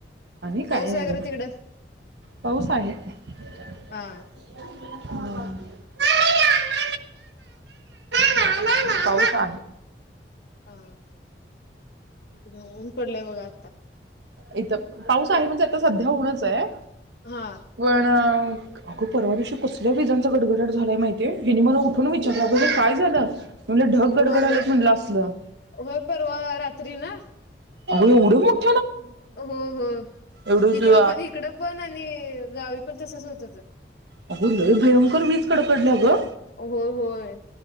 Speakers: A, on the right (about 75°); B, on the left (about 60°).
A: आणि काय
B: पाऊस
A: नाही
B: वगैरे
A: बघा
B: तिकडं
A: पाऊस आहे <unintelligible>
B: हा
A: <inaudible> <unintelligible> पाऊसआहे
B: हा इकडं ऊन पडलय बघा
A: इथ पाऊस काय म्हणजे आता सध्या ऊनचं हाय
B: हा
A: <unintelligible> अगं परवादिवशी कसल्या विजांचा गडगडाट झालाय माहितीय हिनी मला उठून विचारलंय बघ काय झालं? <unintelligible> गडगडालेत
B: व्हय
A: म्हणलं असलं
B: व्हय परवा रात्री ना,
A: अग एवढं मग
B: हो हो
A: एवढं
B: इकडं
A: तू
B: पण इकड पण आणि गावी पण तसच होत होतं
A: अगं! लय भयंकर वीज कडकडल्या ग
B: हो होय